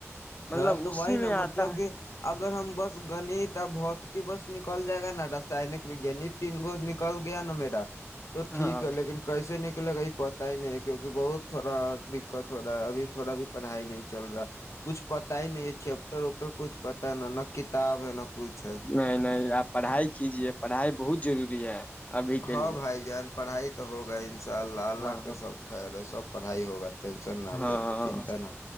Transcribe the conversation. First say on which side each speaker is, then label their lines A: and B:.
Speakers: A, on the left; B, on the left.
A: مطلب
B: ہاں تو
A: اسی
B: وہی
A: میں
B: نا
A: آتا
B: مطلب
A: ہے
B: کہ اگر ہم بس گنیت ہے بہت کی بس نکل جائے گا نا رسائنک وگانی تین گو نکل گیا نا میرا تو ٹھیک
A: ہاں
B: ہے لیکن کیسے نک کے لےگئی پتہ ہی نہیں ہے کیوںک بہت تھوڑا دقت ہو رہا ہے ابھی تھوڑا بھی پڑھائی نہیں چل رہا ہے کچھ پتا ہی نہیں ہے چیپٹر وپٹر کچھ پتا ہے نا نہ کتاب ہے نہ کچھ ہے
A: نہیں نہیں آپ پڑھائی کیجیے پڑھائی بہت ضروری ہے ابھی کے
B: ہاں
A: لیے
B: بھائی جان پڑھائی تو ہوگا ان شاء اللہ اللہ
A: ہاں
B: کے سب خیر ہے سب پڑھائی ہوگا ٹینشن نہ
A: ہاں
B: لے چنتا نہ